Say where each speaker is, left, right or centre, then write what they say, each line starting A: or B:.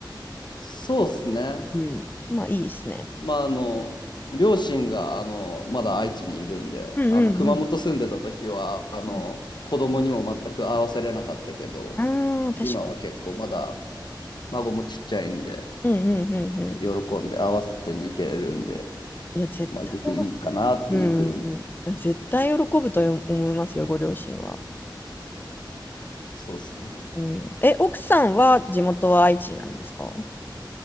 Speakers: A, on the left (about 65°); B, on the left (about 25°).
A: そうっすね。
B: うん、まあいいですね。
A: まああの両親があのまだ愛知にいるんであの熊本住んでた時はあの子供にも全く会わせれなかったけど
B: うんうんうん。うんああ、確かに。
A: 今は結構まだ孫もちっちゃいんで、
B: うんうんうんうん。
A: 喜んで合わせに行けるんで、
B: いや、絶対喜
A: まあ、岐阜いいかなっていうふうに。
B: ぶ、うんうんうん。絶対喜ぶと思いますよ、ご両親は。
A: そうですね。
B: うん、え、奥さんは地元は愛知なんですか